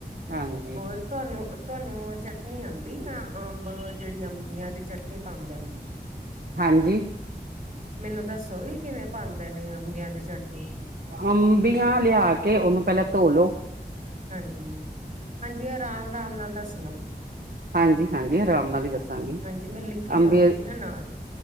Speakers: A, on the right; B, on the right.
A: ਹਾਂਜੀ
B: ਹੋਰ ਤੋਹਾਨੂੰ ਤੁਹਾਨੂੰ ਚਟਨੀ ਆਂਦੀ ਆ, ਅੰਬ ਜਿਹੜੀ ਅੰਬੀਆਂ ਦੀ ਚਟਨੀ ਪਾਦੇ ਨੇ?
A: ਹਾਂਜੀ।
B: ਮੈਨੂੰ ਦੱਸੋਗੇ ਕਿਵੇਂ ਪਾਂਦੇ ਨੇ ਅ ਅੰਬੀਆਂ ਦੀ ਚਟਨੀ।
A: ਅੰਬੀਆਂ ਲਿਆ ਕੇ ਉਹਨੂੰ ਪਹਿਲਾਂ ਧੋਲੋ
B: ਹਾਂਜੀ-ਹਾਂਜੀ ਆਰਾਮ-ਆਰਾਮ ਨਾਲ ਦੱਸਣਾ।
A: ਹਾਂਜੀ-ਹਾਂਜੀ ਆਰਾਮ ਨਾਲ ਈ ਦੱਸਾਂਗੀ
B: ਹਾਂਜੀ ਮੈਂ ਲਿਖੀ
A: ਅੰਬੀ
B: ਜਾਵਾਂਗੀ ਨਾ ਨਾਲ